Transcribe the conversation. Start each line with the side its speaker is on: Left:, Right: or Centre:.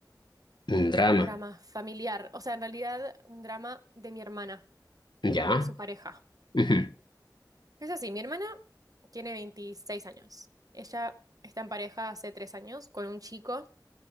Left: un drama.
Right: un drama familiar, o sea, en realidad un drama de mi hermana
Left: ¿Ya?
Right: y su pareja.
Left: ujú,
Right: Es así, mi hermana tiene 26 años. Ella está en pareja hace 3 años con un chico